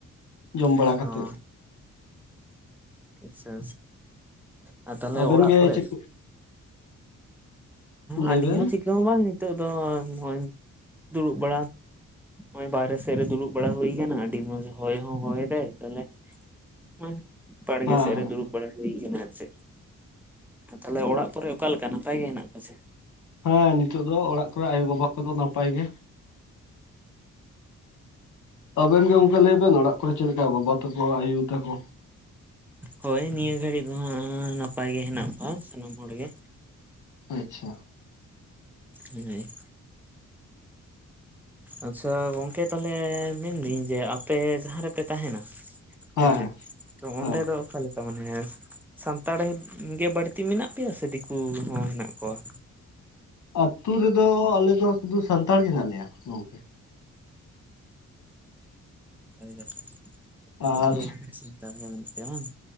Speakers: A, on the left; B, in the centre.
A: ᱡᱚᱢ
B: ᱚ ᱟᱪᱪᱷᱟ
A: ᱵᱟᱲᱟ ᱠᱟᱛᱮᱫ
B: ᱟᱪᱪᱷᱟ᱾ ᱟᱨ ᱛᱟᱦᱚᱞᱮ
A: ᱟᱵᱮᱱ
B: ᱚᱲᱟᱜ
A: ᱜᱮ
B: ᱠᱚᱨᱮ?
A: ᱪᱮᱫ ᱞᱟᱹᱭ
B: ᱟᱹᱞᱤᱧ
A: ᱵᱮᱱ
B: ᱦᱚᱸ ᱪᱤᱠᱟᱹ ᱦᱚᱸ ᱵᱟᱝ ᱱᱤᱛᱚᱜ ᱫᱚ ᱱᱚᱜᱼᱚᱭ ᱫᱩᱲᱩᱵ ᱵᱟᱲᱟ᱾ ᱱᱚᱜᱼᱚᱭ ᱵᱟᱨᱦᱮ ᱥᱮᱫ ᱨᱮ ᱫᱩᱲᱩᱵ ᱵᱟᱲᱟ ᱦᱩᱭ ᱠᱟᱱᱟ ᱟᱹᱰᱤ ᱢᱚᱸᱡᱽ ᱦᱚᱭ ᱦᱚᱸ ᱦᱚᱭ ᱫᱟᱭ ᱛᱟᱦᱚᱞᱮ ᱚᱸᱭ ᱵᱟᱲᱜᱮ
A: ᱦᱮᱸ
B: ᱥᱮᱫ
A: ᱦᱮᱸ
B: ᱨᱮ ᱫᱩᱲᱩᱵ ᱵᱟᱲᱟᱭ᱾ ᱦᱩᱭ ᱠᱟᱱᱟ ᱟᱨ ᱪᱮᱫ ᱛᱷᱟᱞᱮ ᱚᱲᱟᱜ ᱠᱚᱨᱮ ᱚᱠᱟᱞᱮᱠᱟ ᱱᱟᱯᱟᱭ ᱜᱮ ᱦᱮᱱᱟᱜ ᱠᱚᱣᱟ ᱥᱮ?
A: ᱦᱚᱭ ᱱᱤᱛᱚᱜ ᱫᱚ ᱚᱲᱟᱜ ᱠᱚᱨᱮ ᱟᱭᱳ ᱵᱟᱵᱟ ᱠᱚᱫᱚ ᱱᱟᱯ ᱯᱟᱭ ᱜᱮ᱾ ᱟᱵᱮᱱ ᱜᱮ ᱜᱚᱝᱠᱮ ᱞᱟᱹᱭ ᱵᱮᱱ ᱚᱲᱟᱜ ᱠᱚᱨᱮ ᱪᱮᱫ ᱞᱮᱠᱟ ᱵᱟᱵᱟ ᱛᱟᱠᱚ ᱟᱭᱳ ᱛᱟᱠᱚ?
B: ᱦᱳᱭ ᱱᱤᱭᱟᱹ ᱜᱷᱟᱹᱲᱤᱡ <unintelligible> ᱱᱟᱯᱟᱭ ᱜᱮ ᱦᱮᱱᱟᱜ ᱠᱚᱣᱟ ᱥᱟᱱᱟᱢ ᱦᱚᱲᱜᱮ᱾
A: ᱟᱪᱪᱷᱟ᱾
B: ᱱᱤᱱᱟᱹ ᱤᱦ ᱟᱪᱪᱷᱟ ᱜᱚᱝᱠᱮ ᱛᱟᱞᱦᱮ ᱢᱮᱱᱫᱤᱧ ᱡᱮ ᱟᱯᱮ ᱡᱟᱦᱟᱸ ᱨᱮᱯᱮ ᱛᱟᱦᱮᱸᱱᱟ
A: ᱦᱮᱸ
B: ᱦᱮᱸᱥᱮ
A: ᱦᱮᱸ
B: ᱛᱚ ᱚᱸᱰᱮ
A: ᱦᱮᱸ
B: ᱫᱚ ᱚᱠᱟ ᱞᱮᱠᱟ ᱢᱟᱱᱮ ᱥᱟᱱᱛᱟᱲ ᱜᱮ ᱵᱟᱹᱲᱛᱤ ᱢᱮᱱᱟᱜ ᱯᱮᱭᱟ ᱥᱮ ᱫᱤᱠᱩ ᱦᱚᱸ ᱦᱮᱱᱟᱜ ᱠᱚᱣᱟ?
A: ᱟᱹᱛᱩ ᱨᱮᱫᱚ ᱟᱞᱮ ᱫᱚ ᱥᱩᱫᱷᱩ ᱥᱟᱱᱛᱟᱲ ᱜᱮ ᱦᱮᱱᱟᱜ ᱞᱮᱭᱟ ᱜᱚᱝᱠᱮ᱾
B: ᱳᱭ ᱵᱮᱯᱟᱨ ᱟᱯᱮᱫᱚ
A: ᱟᱨ
B: ᱛᱟᱦᱚᱞᱮ ᱥᱟᱱᱛᱟᱲ ᱜᱮ ᱢᱮᱱᱟᱜ ᱯᱮᱭᱟ ᱵᱟᱝ?